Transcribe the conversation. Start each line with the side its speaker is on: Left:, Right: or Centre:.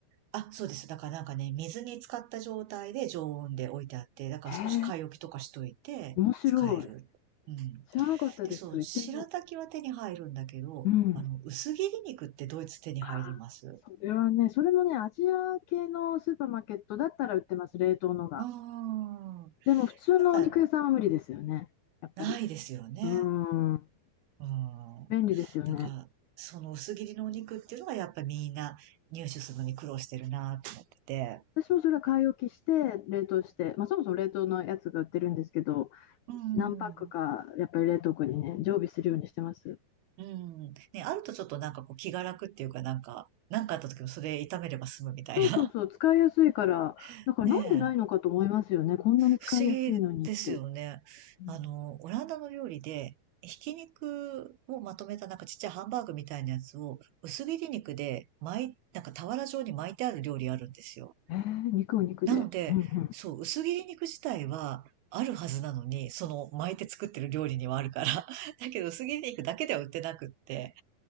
Right: あ、そうです。だからなんかね、水に浸かった状態で常温で置いてあって、だから少し買い置きとかしといて使える。
Left: へえ、面白い。
Right: うん。
Left: 知らなかったです。
Right: で、そう、
Left: 行ってみよ
Right: 白滝は手に入るんだけど、
Left: う。うん。
Right: あの、薄切り肉ってドイツ手に入ります。
Left: ああ、それはね、それもね、アジア系のスーパーマーケットだったら売ってます、冷凍のが。
Right: うん。
Left: でも普通のお肉屋さんは無理ですよね、
Right: やっぱ
Left: やっぱり。
Right: ないですよね。
Left: うーん、
Right: うん。
Left: 便利ですよね。
Right: だから、その薄切りのお肉っていうのがやっぱみんな入手するのに苦労してるなと思ってて。
Left: 私もそれは買い置きして、冷凍して、まあ、そもそも冷凍のやつが売ってるんですけど、
Right: うん。
Left: 何パックかやっぱり冷凍庫にね、常備するようにしてます。
Right: うん。ね、あるとちょっとなんかこう気が楽っていうかなんか、なんかあった時もそれ炒めれば済むみたいな。
Left: そうそうそう、使いやすいから、
Right: <laughs>
Left: だからなんでないのかと思いますよね、
Right: ねえ。
Left: こんなに使いやすいのにって。
Right: 不思議ですよね。
Left: うん
Right: あの、オランダの料理で、ひき肉をまとめたなんかちっちゃいハンバーグみたいなやつを薄切り肉で巻い、なんか俵状に巻いてある料理あるんですよ。
Left: えー、肉を肉で。
Right: なので、
Left: うんうん。
Right: そう、薄切り肉自体はあるはずなのに、その巻いて作ってる料理にはあるから。<laughs> だけど薄切り肉だけでは売ってなくって。